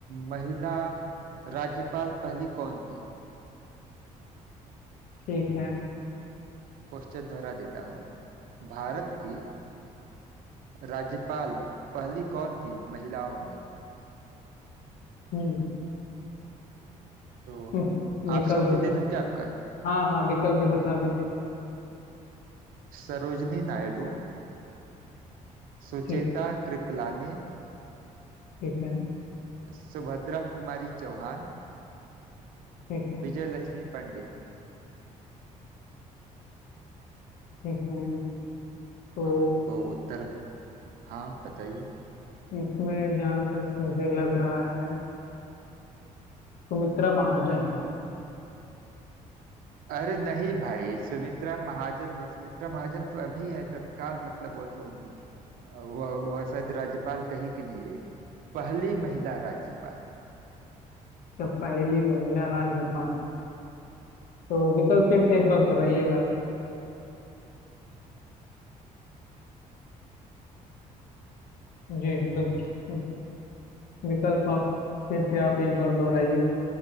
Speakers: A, on the right; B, on the left.
A: महिला राज्यपाल पहली कौन थी
B: ठीक है
A: क्वेश्चन दोहरा देता हूँ भारत की राज्यपाल पहली कौन थी महिलाओं में
B: हम्म
A: तो
B: हम्म, विकल्प
A: ऑप्शन
B: बता
A: भी दे दूं क्या आपका
B: हाँ हाँ विकल्प भी
A: हाँ
B: बता दीजिए
A: सरोजनी नायडू सुचेता
B: ठीक
A: कृपलानी
B: ठीक है
A: सुभद्रा कुमारी चौहान
B: ठीक है
A: विजय लक्ष्मी पंडित
B: ठीक है तो
A: हाँ तो उत्तर हाँ बताइए
B: इसमें जहाँ तक मुझे लग रहा है सुमित्रा महाजन
A: अरे नहीं भाई सुमित्रा महाजन नहीं सुमित्रा महाजन तो अभी है तत्काल मतलब वो तो वह वह शायद राज्यपाल कहीं की नहीं रही पहली महिला राज्यपाल
B: जब पहली महिला राज्यपाल तो विकल्प फिर से एक बार दोहराइएगा आप जी बिल्कुल विकल्प आप फिर से आप एक बार दोहराइए